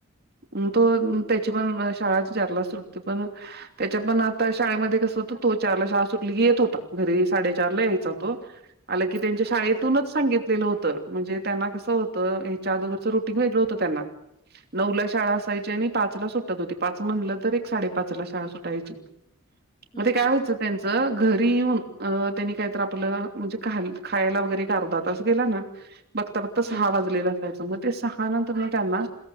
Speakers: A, on the right; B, on the left.
A: पण तो
B: हम्म
A: त्याची पण शाळा चारला सुटते, पण त्याच्या पण आता शाळेमध्ये कसं होतं, तो चारला शाळा सुटली की येत होता घरी, साडेचारला यायचा तो आलं की त्यांच्या शाळेतून
B: हा
A: सांगितलेलं होतं, म्हणजे त्यांना कसं होतं, हे चार दोघांचं रुटीन वेगळं होतं त्यांना नऊला शाळा असायच्या आणि पाचला सुटत होती, पाच म्हणलं तर एक साडेपाचला शाळा सुटायची,
B: हम्म
A: मग ते काय व्हायचं त्यांचं घरी येऊन त्यांनी काहीतरी आपलं म्हणजे ख खायला वगैरे अर्धा तास गेला ना मग <inaudible> सहा
B: हम्म
A: वाजलेलं असायचं, मग ते सहा नंतर मग त्यांना